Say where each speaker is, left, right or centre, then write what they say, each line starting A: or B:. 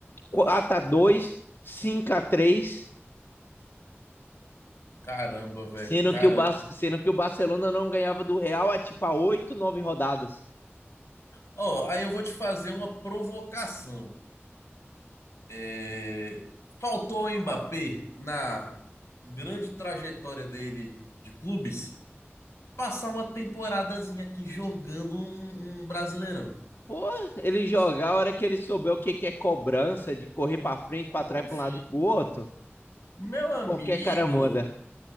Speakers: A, on the left; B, on the left.
A: quatro a dois, cinco a três,
B: Caramba, velho.
A: sendo
B: Caramba.
A: que, o Bar... sendo que o Barcelona não ganhava do Real há tipo a 8 9 rodadas.
B: Ó, aí eu vou te fazer uma provocação. É, Faltou o Mbappé na grande trajetória dele de clubes passar uma temporadazinha aqui jogando um, um Brasileirão.
A: Pô, ele jogar a hora que ele souber o que, que é cobrança, de correr pra frente,
B: Oxe,
A: pra trás, pra um lado e pro outro,
B: meu amigo.
A: qualquer cara manda.